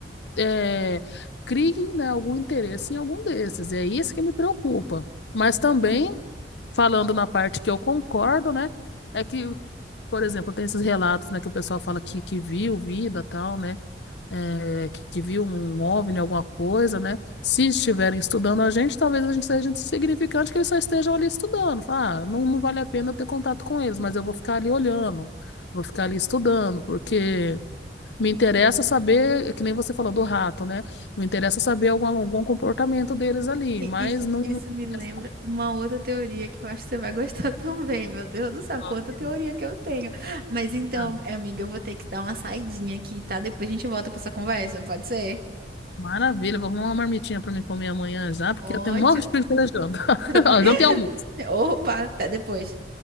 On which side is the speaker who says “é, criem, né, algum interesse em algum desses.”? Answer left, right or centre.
Left